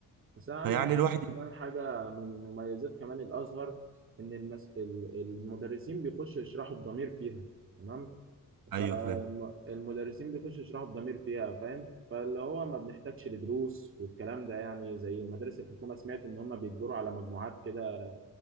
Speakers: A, on the right (about 40°); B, on the right (about 85°).
A: بس انا عايز
B: فيعني
A: اقول
B: الواحد
A: لك كمان حاجه من مميزات كمان الازهر ان المس... ال- المدرسين بيخشوا يشرحوا بضمير فيها تمام
B: ايوه
A: فالمدرسين
B: فاهم
A: بيخشوا يشرحوا بضمير فيها فاهم فاللي هو ما بنحتاجش لدروس والكلام ده يعني زي مدارس الحكومه سمعت ان هم بيجبروا على مجموعات كده